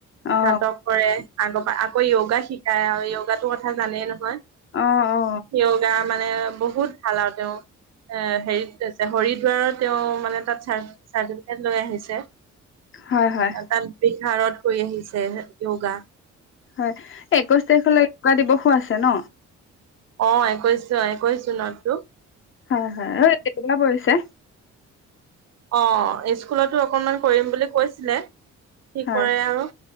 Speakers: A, on the left (about 45°); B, on the right (about 60°).
A: অ
B: নাটক কৰে আগত আ য়গা শিকাই য়গাটো কথা জানে নহয়,
A: অ অ
B: য়গা মানে বহুত ভাল আৰু তেওঁ, এ হেৰিত হৰিদ্বাৰত তেওঁ মানে তাত চাৰ্টিফিকেট লৈ আহিছে।
A: হয় হয়
B: তাত বিহাৰত কৰি আহিছে য়গা।
A: হয়। একৈশ তাৰিখলৈ য়গা দিৱসো আছে ছেন।
B: অ কৈছো কৈছো ন তোক।
A: হয় হয়, অ দেওবাৰ পৰিছে।
B: অ, স্কুলতো অকনমান কৰিম বুলি কৈছিলে। কি
A: হয়
B: কৰে আৰু,